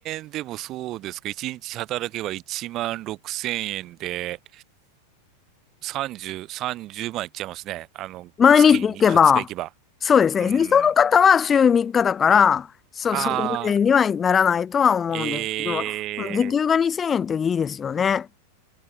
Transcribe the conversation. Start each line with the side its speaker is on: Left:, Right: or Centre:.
Right: 円でもそうですか ?1 日働けば1万6000円で、30、30万いっちゃいますね。あの、
Left: 毎日行けば、
Right: 月に20日行けば。
Left: そうですね。
Right: うん。
Left: でその方は週3日だから、そう、
Right: ああ、
Left: そこまでにはならないとは思うんですけど、
Right: ええ
Left: 時給が2000円っていいですよね。